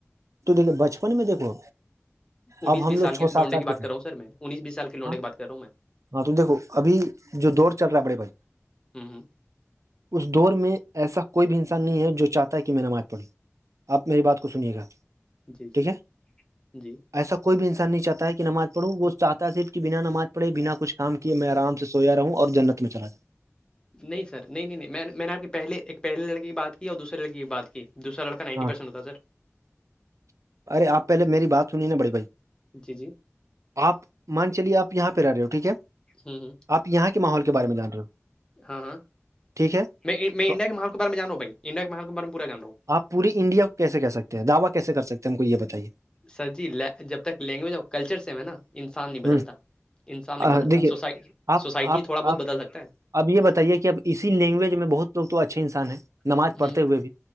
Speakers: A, on the right; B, on the left.
A: تو دیک بچپن میں دیکھو
B: انیس
A: اب ہم
B: بیس
A: لوگ
B: سال کی
A: چھ سات
B: لونڈنے کی بات
A: کے تھے
B: رہا ہوں سر میں انیس بیس سال کی لونڈنے
A: ہاں
B: کی بات کر رہا ہوں میں
A: ہاں تو دیکھو ابھی جو دور چل رہا ہے بڑے بھائی
B: ہ
A: اس دور میں ایسا کوئی بھی انسان نہیں ہے جو چاہتا ہے کہ میں نمات پڑھی آپ میری بات کو سنیے گا
B: جی
A: ٹھیک
B: جی
A: ہے
B: جی
A: ایسا کوئی بھی انسان نہیں چاہتا کہ نماز پڑھو وہ چاہتا صر کہ بنا نماز پڑے بنا کچھ کام کہ میں آرام سے سویا رہوں اور جنت میں چلا جؤں
B: نہیں سر نہیں نہیں میں نے میں نے آپ کے پہلے ایک پہلے لڑکے کی بات کی اور دوسرے لڑکے کی بات کی دوسرا لک نائنٹی
A: جاؤں
B: پرسٹ ہوتا سر
A: ارےپ پہلےیری بات سنی نا بڑی بھائی
B: جی جی
A: آپ مان چلیے آپ یہاں پہ آ رہے ہو ٹھیک ہے
B: ہوں ہ
A: آپ یہاں کے ماحول کے بارے میں جان رہے ہو
B: ہاں ہاں
A: ٹھیک ہے
B: میں میں
A: تو
B: انڈیا کے مال کے بارے میں جان ہ بھائی انڈیا کے مال کے بارے میں پورا جان رہا ہوں
A: آپ پوری انڈیا کو کیسے کہ سکتے ہیں دعوا کیسے کر سکتے ہیں ہم کو یہ بتائیے
B: سر جی جب تک لینگویج اور کلچر سے ہے نا انسان نہیں بدلتا
A: ہوں
B: انسان نہیں
A: آہ،
B: بدلتا
A: دیکھیے
B: سوس
A: آپ
B: سوسائٹی
A: آپ
B: تھوڑا بہت
A: آپ
B: بدل سکتا ہے
A: اب یہ بتائیے کہ اب اسی لینگویج میں بہت لوگ تو اچھے انسان ہیں نماز
B: ہے
A: پڑھتے
B: ہ
A: ہوئے بھی